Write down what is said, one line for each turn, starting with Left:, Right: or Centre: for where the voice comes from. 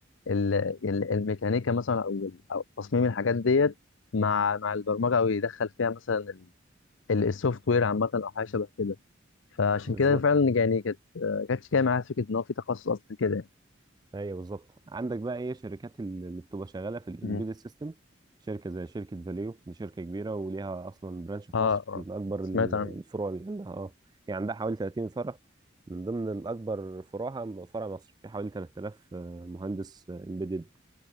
Left: ال... ال- الميكانيكا مثلا او ال- أو تصميم الحاجات ديت مع مع البرمجه او يدخل فيها مثلا السوفت وير عامه او حاجه شبه كده فعشان
Right: بالظبط
Left: كده فعلا يعني كانت آه، كانتش جايه معايا فكره ان هو في تخصص اصلا كده يعني
Right: ايوه بالظبط عندك بقى ايه شركات ال- اللي بتبقى شغاله في الامبيدد
Left: مم.
Right: سيستم شركه زي شركه فاليو دي شركه كبيره وليها اصلا برانش في
Left: اه
Right: مصر
Left: اه
Right: من اكبر
Left: سمعت
Right: ال-
Left: عنه
Right: الفروع اللي عندها اه يعني عندها حوالي 30 فرع من ضمن الاكبر فروعها فرع مصر في حوالي 3000 مهندس امبيدد